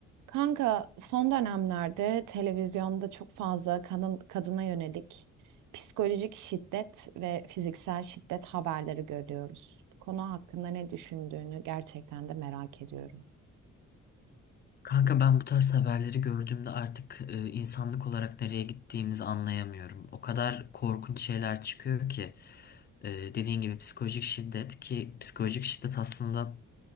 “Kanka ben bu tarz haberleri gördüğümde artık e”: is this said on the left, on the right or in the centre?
Left